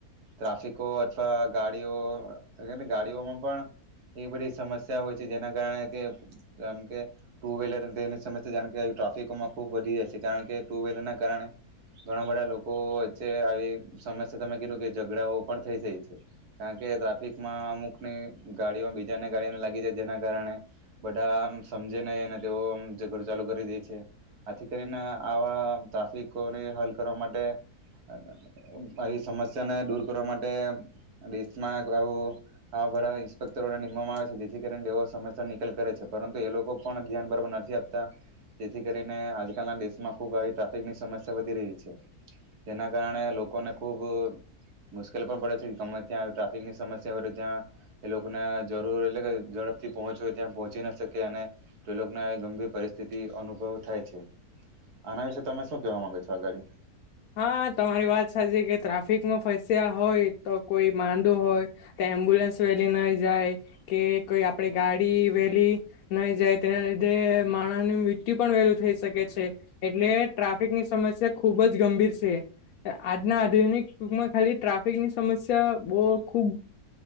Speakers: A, on the right (about 70°); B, on the left (about 70°).
A: ટ્રાફિકો અથવા ગાડીઓ ગાડીઓમાં પણ એ બધી સમસ્યા હોય છે, જેના કારણે કે જેમ કે ટુ વ્હીલર તેની સમસ્યા જાણ કે ટ્રાફિકોમાં ખૂબ વધી જાય છે કારણ કે ટુ વ્હીલર ના કારણે ઘણા બધા લોકો, લોકો વચ્ચે આવી સમસ્યા તમે કીધું કે ઝઘડાઓ પણ થઈ જાય છે, કારણ કે ટ્રાફિકમાં અમુકની ગાડીઓ બીજાને ગાડીઓને લાગી જાય, જેના કારણે બધા આમ સમજે નહી અને તેઓ ઝઘડો ચાલુ કરી દે છે આથી કરીને આવા ટ્રાફિકોને હલ કરવા માટે, આવી સમસ્યાને દૂર કરવા માટે દેશમાં આવું આવા બધા ઇન્સ્પેક્ટરોને નિમવામાં આવે છે, જેથી કરીને તેઓ સમસ્યા નિકાલ કરે છે, પરંતુ એ લોકો પણ ધ્યાન બરાબર નથી આપતા, જેથી કરીને આજકાલના દેશમાં ખુબ આવી ટ્રાફિકની સમસ્યા વધી રહી છે. જેના કારણે લોકોને ખૂબ મુશ્કેલ પણ પડે છે. ગમે ત્યાં ટ્રાફિકની સમસ્યા હોય તો ત્યાં એ લોકોને જરૂર એટલે કે ઝડપથી પહોંચ હોય ત્યાં પહોંચી ના શકે અને તો એ લોકોને ગંભીર પરિસ્થિતિ અનુભવ થાય છે. આના વિશે તમે શું કહેવા માંગો છો? આ ગાડી.
B: હા, તમારી વાત સાચી કે ટ્રાફિકમાં ફસ્યા હોય તો કોઈ માંદો હોય તો એમ્બ્યુલન્સ વેલી નહી જાય કે કોઈ આપડી ગાડી વેલી નહીં જાય, તેના લીધે માણસ નું મૃત્યુ પણ વેલું થઈ શકે છે, એટલે ટ્રાફિકની સમસ્યા ખુબ જ, ગંભીર છે આજના આધુનિક યુગમાં, ખાલી ટ્રાફિકની સમસ્યા બહુ ખુબ